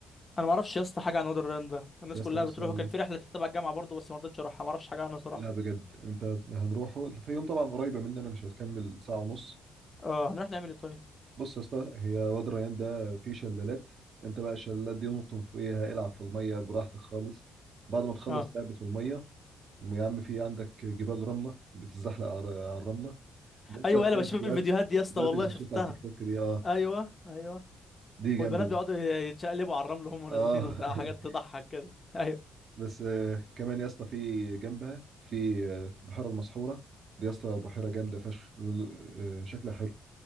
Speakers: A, on the left (about 30°); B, on the right (about 50°).
A: انا ما اعرفش يا اسطى حاجه عن وادي الريان ده الناس
B: يا اسطى
A: كلها
B: بص
A: بتروح
B: اقول
A: وكان
B: لك
A: في رحله تبع الجامعه برضه بس ما رضيتش اروحها ما اعرفش حاجه عنها صراحه
B: لا بجد انت هنروحه الفيوم طبعا قريبه مننا مش هتكمل ساعه ونص
A: اه هنروح نعمل ايه طيب
B: بص يا اسطى هي وادي الريان ده فيه شلالات انت بقى الشلالات دي نط من فوقيها العب في الميه براحتك خالص بعد ما تخلص
A: اه
B: لعب في الميه يا عم في عندك جبال رمله بتتزحلق على على الرمله لسه
A: ايوه
B: هتلاقي
A: انا بشوف
B: الفيديوهات
A: الفيديوهات دي يا اسطى
B: الفيديوهات
A: والله
B: اللي بتشوفها
A: شفتها
B: على التيك توك دي اه
A: ايوه ايوه
B: دي
A: والبنات
B: جامده
A: بيقعدوا
B: دي
A: يتشقلبوا على الرمل وهم
B: اه
A: نازلين وبتاع حاجات
B: <laughs>
A: تضحك كده <laughs> ايوه
B: بس آه، كمان يا اسطى في جنبها في آه، البحيره المسحوره دي يا اسطى بحيره جامده فشخ ل- آه، شكلها حلو